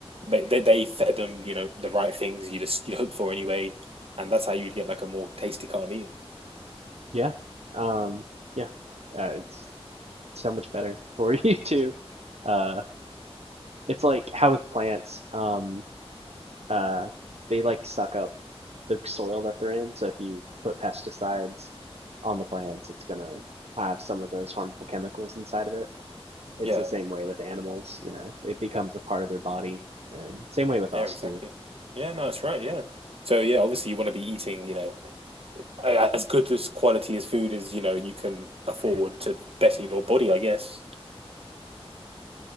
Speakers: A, on the right (about 65°); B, on the right (about 85°).
A: they they they fed them, you know, the right things you just you'd hope for anyway, and that's how you'd get like a more tasty cut of meat.
B: yeah. Um, yeah uh, it's so much better <laughs> for you too. Uh, it's like how with plants, um, uh, they like suck up the soil that they're in. So if you put pesticides on the plants, it's gonna have some of those harmful chemicals inside of it. It's
A: Yeah,
B: the same way with animals. You know, it becomes a part of their body, and same way with us
A: yeah, exactly.
B: too.
A: Yeah, no, that's right, yeah. So yeah, obviously you want to be eating, you know, a- as good as quality as food as, you know, you can afford to better your body, I guess.